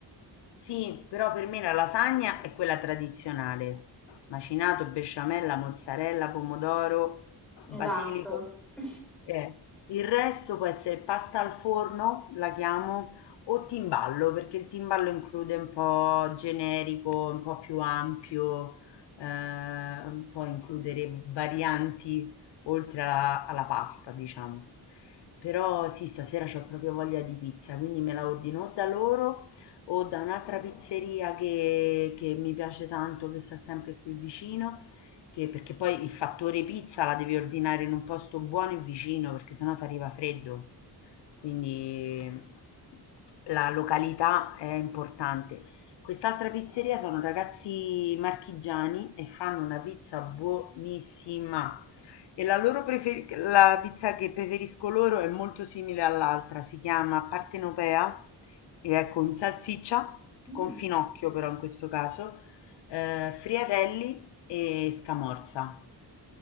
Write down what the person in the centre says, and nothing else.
Esatto.
<laughs>
Mm,